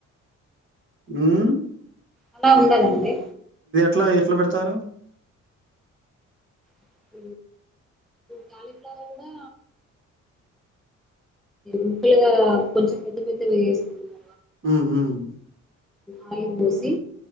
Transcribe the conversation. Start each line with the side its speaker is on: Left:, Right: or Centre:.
Right: ఊమ్
Centre: అలా ఉండదండి
Right: ట్లా ఎట్లా పెడతారు?
Centre: <inaudible> కాలీఫ్లవర్ కూడా ముక్కలుగా కొంచెం పెద్ద పెద్దవే వేస్కోవాలె
Right: ఉమ్ ఊమ్
Centre: ఆ, ఆయల్ పోసి